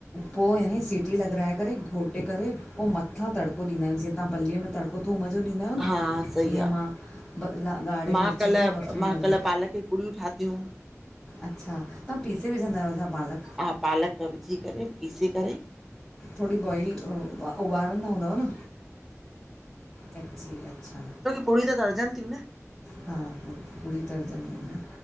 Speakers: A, on the left; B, in the centre.
A: पो यानी सीटी लॻाराए करे घोटे करे पो मथां तड़िको ॾींदा आयूं जीअं तव्हां पलीअ में तड़िको पो थूम ज़ो ॾींदा आयो न
B: हा सही
A: ईअं
B: आ
A: मां ब ला ॻाढ़े
B: मां
A: मिर्च
B: कल्ह
A: जो और थूम
B: मां कल्ह
A: जो
B: पालक जी पुड़ियूं ठातियूं।
A: अच्छा, तव्हां पीसे विझंदा आयो छा पालक?
B: आ पालक विझे करे पीसे करे।
A: थोरी बॉइल अ उ उॿारंदा हूंदव न। कची अच्छा
B: छो की पूरी त करजन ती न।
A: हा पू पूड़ी तर्जन में आ न